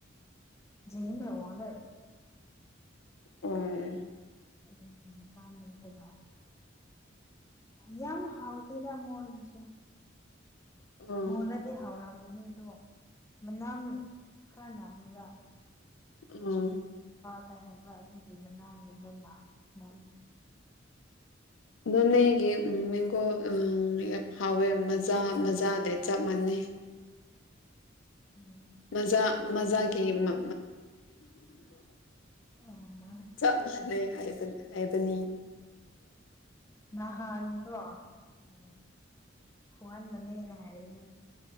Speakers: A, on the left; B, on the left.
A: ꯍꯗ
B: ꯎꯝ
A: ꯑꯗꯨꯒꯤ ꯃꯇꯥꯡ ꯂꯩꯇꯕ ꯌꯥꯝ ꯍꯥꯎꯇꯦꯗ ꯃꯣꯏꯒꯤꯁꯦ
B: ꯎꯝ
A: ꯃꯂꯗꯤ ꯍꯧꯥꯎꯔꯝ ꯑꯗꯣ ꯃꯅꯥꯝ ꯈꯔ ꯅꯅꯥꯝꯃꯦꯕ
B: ꯎꯝ
A: ꯄꯈꯥꯏ ꯍꯥꯏꯕ ꯑꯗꯨꯒꯤ ꯃꯅꯥꯝꯒꯨꯝꯕ ꯃꯥ
B: ꯅꯣꯅꯦꯒꯤ ꯎ ꯃꯦꯡꯒꯣ ꯎ ꯌꯥꯝ ꯍꯥꯎꯋꯦ ꯃꯖꯥ ꯃꯖꯥꯗꯩ ꯆꯞ ꯃꯥꯟꯅꯩ
A: ꯎꯝ
B: ꯃꯖꯥ ꯃꯖꯥꯒꯤꯗꯣ
A: ꯎꯝ
B: ꯆꯅꯦ ꯍꯥꯏ ꯑ ꯅ
A: ꯅꯍꯪꯒꯣ ꯎ ꯋꯥꯍꯟ ꯃꯅꯦꯅ ꯍꯥꯏꯔꯤꯅꯦ